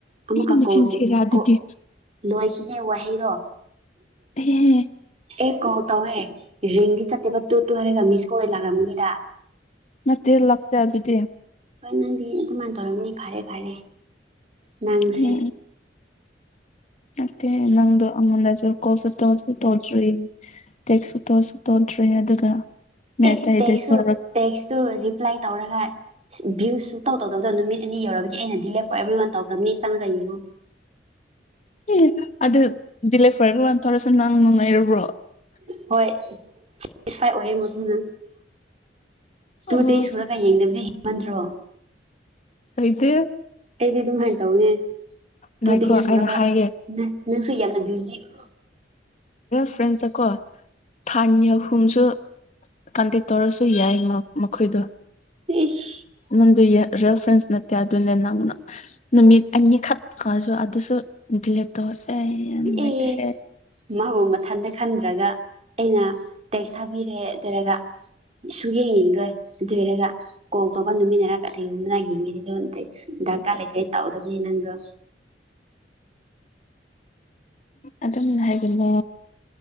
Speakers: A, on the right; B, on the left.
A: ꯑꯃꯨꯛꯀ
B: ꯑꯩ ꯃꯆꯤꯟ
A: ꯀꯣꯜꯔꯤ
B: ꯊꯤꯔꯦ ꯑꯗꯨꯗꯤ
A: ꯀꯣ ꯂꯣꯏꯈꯤꯒꯦ ꯋꯥꯍꯩꯗꯣ
B: ꯑꯦꯍꯦ
A: ꯑꯦ ꯀꯣꯜ ꯇꯧꯋꯦ ꯔꯤꯡꯗꯤ ꯆꯠꯇꯦꯕ ꯇꯨ ꯇꯨ ꯍꯥꯏꯔꯒ ꯃꯤꯁꯀꯣꯜꯗ ꯂꯥꯛꯔꯝꯒꯅꯤꯗ
B: ꯅꯠꯇꯦ ꯂꯥꯛꯇꯦ ꯑꯗꯨꯗꯤ
A: ꯍꯣꯏ ꯅꯪꯗꯤ ꯑꯗꯨꯃꯥꯏꯅ ꯇꯧꯔꯝꯅꯤ ꯐꯔꯦ ꯐꯔꯦ ꯅꯪꯁꯦ
B: ꯎꯝ ꯅꯠꯇꯦ ꯅꯪꯗꯣ ꯑꯩꯉꯣꯟꯗꯁꯨ ꯀꯣꯜꯁꯨ ꯇꯧꯁꯨ ꯇꯧꯗ꯭ꯔꯤ ꯇꯦꯛꯁꯨ ꯇꯣꯠꯁꯨ ꯇꯣꯗ꯭ꯔꯤ ꯑꯗꯨꯒ ꯃꯦꯇꯩꯗ
A: ꯑꯦ ꯇꯦꯛꯁꯁꯨ
B: ꯇꯧꯔꯛ
A: ꯇꯦꯛꯁꯇꯨ ꯔꯤꯄ꯭ꯂꯥꯏ ꯇꯧꯔꯒ ꯚ꯭ꯌꯨ ꯁꯨꯡ ꯇꯧ ꯇꯧꯗꯕꯗꯣ ꯅꯨꯃꯤꯠ ꯑꯦꯅꯤ ꯌꯧꯔꯒꯗꯤ ꯑꯩꯅ ꯗꯤ ꯂꯦ ꯐꯣꯔ ꯑꯦꯕ꯭ꯔꯤ ꯋꯥꯟ ꯇꯧꯈ꯭ꯔꯕꯅꯤ ꯆꯪꯉꯒ ꯌꯦꯡꯉꯨ
B: ꯑꯦ ꯑꯗꯨ ꯗꯤꯂꯦꯞ ꯐꯔꯕ ꯑꯦꯕ꯭ꯔꯤꯋꯥꯟ ꯇꯧꯔꯁꯨ ꯅꯪ ꯅꯨꯡꯉꯥꯏꯔꯨꯕ꯭ꯔꯣ
A: ꯍꯣꯏꯁꯦꯇꯤꯁꯐꯥꯏ ꯑꯣꯏꯌꯦ ꯃꯗꯨꯅ ꯇꯨ
B: ꯑꯣ
A: ꯗꯦꯁꯁꯨꯔ ꯀ ꯌꯦꯡꯗꯕꯅꯦ ꯍꯤꯡꯃꯟꯗ꯭ꯔꯣ
B: ꯂꯩꯇꯦ
A: ꯑꯩꯗꯤ ꯑꯗꯨꯝ ꯍꯥꯏꯅ ꯇꯧꯅꯦ ꯇꯨ
B: ꯉꯥꯏꯈꯣ
A: ꯗꯦꯖ ꯁꯨꯔꯒ
B: ꯑꯩꯅ ꯍꯥꯏꯒꯦ
A: ꯅꯪꯁꯨ ꯌꯥꯝꯅ ꯕꯤꯖꯤ ꯑꯣꯏ
B: ꯐ꯭ꯔꯦꯟꯁꯇ ꯀꯣ ꯊꯥꯅꯤ ꯑꯍꯨꯝꯁꯨ ꯀꯟꯇꯦꯛ ꯇꯧꯔꯁꯨ ꯌꯥꯏ ꯃꯈꯣꯏꯗꯣ
A: ꯏꯁ
B: ꯅꯪꯗꯨ ꯌꯦ ꯔꯦ ꯐ꯭ꯔꯦꯟꯁ ꯅꯠꯇꯦ ꯑꯗꯨ ꯅꯦ ꯅꯪꯅ ꯅꯨꯃꯤꯠ ꯑꯅꯤꯈꯛꯈꯁꯨ ꯑꯗꯨꯁꯨ ꯗꯤꯂꯦꯠ ꯇꯧ ꯑꯩ ꯌꯥꯝ ꯅꯨꯡꯉꯥꯏꯇꯦꯍꯦ
A: ꯑꯦ ꯃꯥꯕꯨ ꯃꯊꯟꯇ ꯈꯟꯗ꯭ꯔꯒ ꯑꯩꯅ ꯇꯦꯛꯁ ꯊꯥꯕꯤꯔꯦ ꯑꯗꯨꯔꯒ ꯁꯨꯛ ꯌꯦꯡꯅꯤꯡ ꯂꯣꯏ ꯑꯗꯨ ꯑꯣꯏꯔꯒ ꯀꯣꯜ ꯇꯧꯕ ꯅꯨꯃꯤꯟꯅꯔꯒ ꯀꯔꯤꯒꯨꯝꯕ ꯂ ꯌꯦꯡꯉꯅꯤꯗ ꯑꯩ ꯗꯔꯀꯥꯔ ꯂꯩꯇ꯭ꯔꯦ ꯇꯥꯎꯗꯕꯅꯤ ꯅꯪ ꯗ
B: ꯑꯗꯨꯝꯅ ꯍꯥꯏꯒꯅꯣ